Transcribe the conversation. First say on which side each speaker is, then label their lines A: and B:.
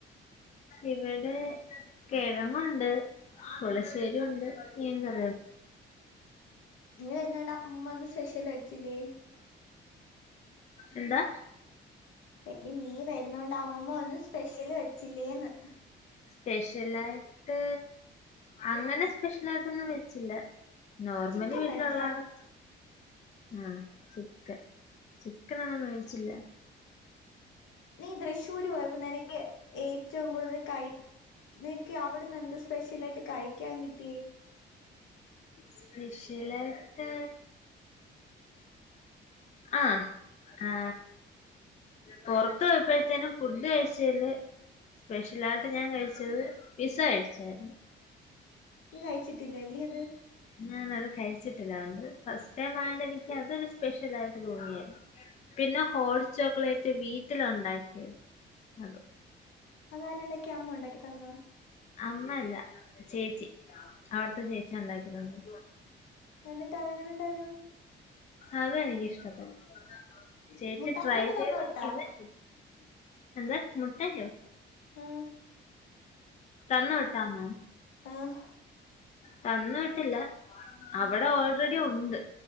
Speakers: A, on the left (about 35°); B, on the left (about 70°).
A: ഇവിടെ കെഴങ്ങുണ്ട്, പുളശ്ശേരിണ്ട്, മീൻകറി
B: നീ വരുനോണ്ടാ <unintelligible> സ്പെഷ്യൽ ചിലേ
A: എന്താ?
B: എടി നീ വരുന്നോണ്ട് അമമ്മ ഇന്ന് സ്പെഷ്യല് വെച്ചില്ലേന്ന്
A: സ്പെഷ്യലായിട്ട് അങ്ങനെ സ്പെഷ്യൽ ആായിട്ടൊന്നും വെച്ചില്ല. നോർമലി
B: ചിക്കൻ
A: വീട്ടിലുള്ളാണ്.
B: മേടിച്ചാ
A: ആ ചിക്കൻ ചിക്കനൊന്നും മേടിച്ചില്ലാ.
B: നീ തൃശ്ശൂര് പോയപ്പോ നിനക്കെ ഏറ്റവുംകൂടുതൽ കഴി നിക്കെ അവിട്ന്ന് എന്ത് സ്പെഷ്യലായിട്ട് കഴിക്കാൻ കി
A: സ്പെഷ് സ്യലായിട്ട്, അ ആ, പൊറത്ത് പോയപ്പത്തേനും ഫുഡ് കഴിച്ചീല് സ്പെഷ്യലായിട്ട് ഞാൻ കഴിച്ചത് പിസ്സഴിച്ചായ്രുന്നു.
B: ഇ കഴിച്ചിട്ടില്ല ല്ലീ ഇത്?
A: ഞാന അത് കഴിച്ചിട്ടില്ലാണ്ട് ഫസ്റ്റ് ടൈംആയണ്ട് എനിക്ക് അതൊരു സ്പെഷ്യലായിട്ട് തോന്നിയരുന്നു. പിന്നെ ഹോട്ട് ചോക്ലേറ്റ് വീട്ടില്ണ്ടാക്കിയത് അതും.
B: അതാരണ്ടാക്കി, അമ്മുണ്ടാക്കി തന്നൊ?
A: അമ്മ അല്ല ചേച്ചി അവിടുത്തെ ചേച്ചിണ്ടാക്കി തന്നത്.
B: എന്നിട്ട് അതെങ്ങനെണ്ടായിരുന്നു?
A: അതെനിക്ക് ഇഷ്ടപെട്ടു. ചേച്ചി
B: മുട്ടായിയൊക്കെ
A: ട്രൈ ചെയ്ത്
B: തന്നു
A: നോക്കിയതെ
B: വിട്ടാ
A: ഷ്ടപ്പെട്ടു എന്ത് മുട്ടായോ?
B: ആഹ്
A: തന്ന്‌ വിട്ടാന്നോ?
B: ആഹ്
A: തന്നു വിട്ടില്ല അവിടെ ഓൾറെഡി ഉണ്ട്